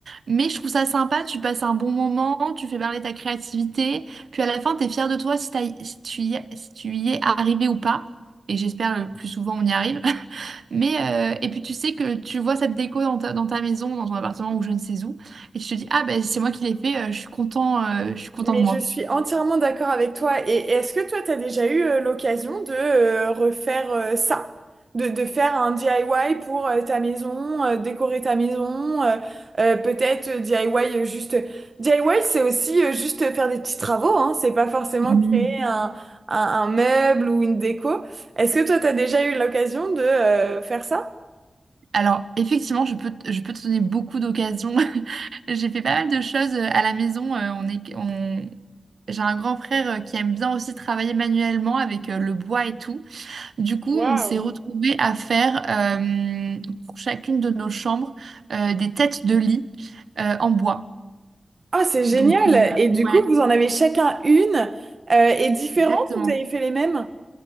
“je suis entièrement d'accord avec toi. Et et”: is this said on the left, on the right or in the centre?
Right